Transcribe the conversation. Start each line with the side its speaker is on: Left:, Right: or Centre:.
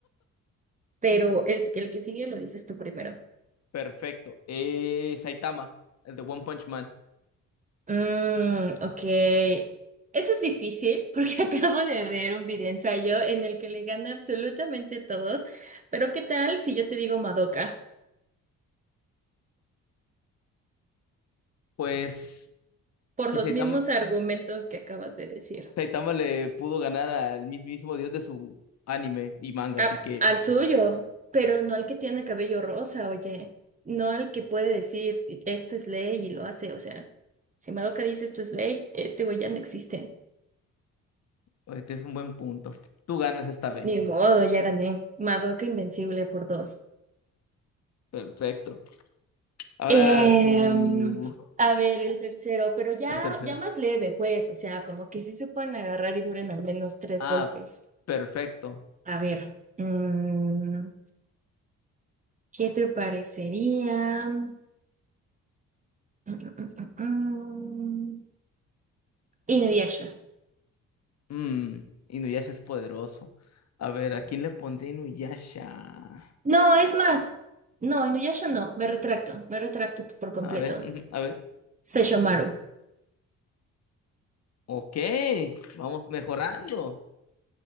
Right: Pero el, el que sigue lo dices tú primero.
Left: Perfecto. Eh, Saitama, el de One Punch Man.
Right: Mm, ok. Ese es difícil porque <laughs> acabo de ver un video ensayo en el que le gana absolutamente a todos. Pero ¿qué tal si yo te digo Madoka?
Left: Pues
Right: Por
Left: si
Right: los
Left: Saitama,
Right: mismos argumentos que acabas de decir.
Left: Saitama le pudo ganar al mismísimo dios de su anime y manga,
Right: a-
Left: así que
Right: al suyo, pero no al que tiene cabello rosa, oye, no al que puede decir esto es ley y lo hace, o sea, si Madoka dice esto es ley, este güey ya no existe.
Left: este es un buen punto. Tú ganas esta vez.
Right: Ni modo, ya gané. Madoka invencible por dos.
Left: Perfecto. Ahora
Right: Em,
Left: tú,
Right: a ver, el tercero, pero ya,
Left: el tercero.
Right: ya más leve, pues, o sea, como que sí se pueden agarrar y duren al menos tres
Left: Ah,
Right: golpes.
Left: perfecto.
Right: A ver, mm, ¿qué te parecería? Mm, mm, mm, mm, mm. Inuyasha.
Left: Mm, Inuyasha es poderoso. A ver, ¿a quién le pondré Inuyasha?
Right: No, es más. No, Inuyasha no. Me retracto. Me retracto por completo.
Left: A ver, ujú, a ver.
Right: Sesshomaru.
Left: Ok, vamos mejorando.